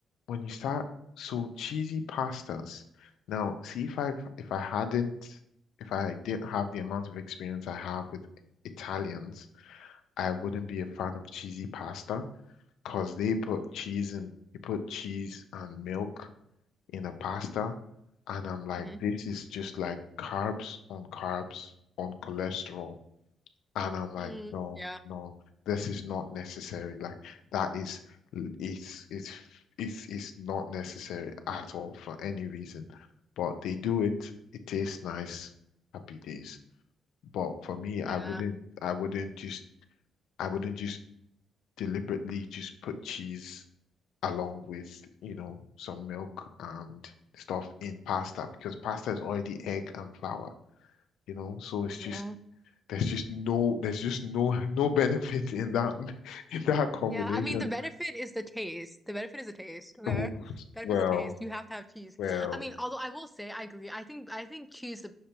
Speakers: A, on the left; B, in the centre.
A: when you start, so cheesy pastas. Now, see if I if I hadn't if I didn't have the amount of experience I have with Italians, I wouldn't be a fan of cheesy pasta because they put
B: Mm-hmm.
A: cheese in, they put cheese and milk in a pasta, and I'm like,
B: Mm-hmm.
A: this is just like carbs on carbs on cholesterol. And I'm like,
B: Mm,
A: no,
B: yeah.
A: no, this is not necessary. Like that is it's it's it's it's not necessary at all for any reason. But they do it, it tastes nice, happy days. But for me,
B: Yeah.
A: I wouldn't I wouldn't just I wouldn't just deliberately just put cheese along with, you know, some milk and stuff in pasta because pasta is already egg and flour, you know, so it's
B: Yeah.
A: just there's just no, there's just no, no benefit in that, <laughs> in that combination.
B: Yeah, I mean the benefit is the taste. The benefit is the taste, okay?
A: Oh,
B: Benefit
A: well,
B: is the taste. You have to have cheese.
A: well,
B: I mean, although I will say I agree. I think I think cheese the